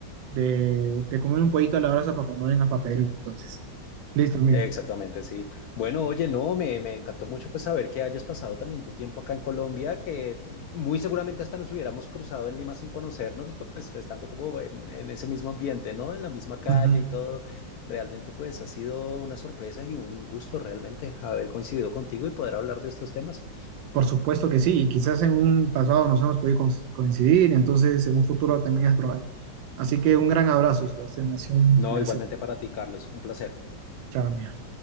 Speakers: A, on the right; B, on the left.
A: de, de comer un pollito a la brasa para cuando vengas para Perú, entonces. Listo, amigo.
B: Exactamente, sí. Bueno, oye, no, me, me encantó mucho pues saber que hayas pasado también tu tiempo acá en Colombia, que muy seguramente hasta nos hubiéramos cruzado en Lima sin conocernos, pues estando como en, en ese mismo ambiente, ¿no? En la misma calle
A: Ujú.
B: y todo. Realmente pues ha sido una sorpresa y un gusto realmente haber coincidido contigo y poder hablar de estos temas.
A: Por supuesto que sí, y quizás en un pasado nos hemos podido con- coincidir, entonces en un futuro también es probable. Así que un gran abrazo, Sebastián, ha sido un
B: No,
A: placer.
B: igualmente para ti, Carlos, un placer.
A: Chao, amigo.